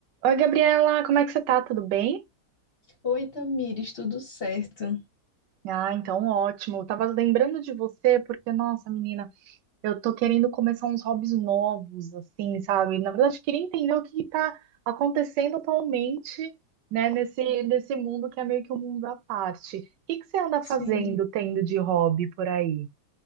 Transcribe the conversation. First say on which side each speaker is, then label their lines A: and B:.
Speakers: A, on the right; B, on the left.
A: Oi, Gabriela, como é que você tá? Tudo bem?
B: Oi, Tamires, tudo certo?
A: Ah, então ótimo. Eu tava lembrando de você porque, nossa, menina, eu tô querendo começar uns hobbies novos, assim, sabe? Na verdade, queria entender o que que tá acontecendo atualmente, né, nesse, nesse mundo que é meio que um mundo à parte. O que que você anda fazendo,
B: Sim.
A: tendo de hobby por aí?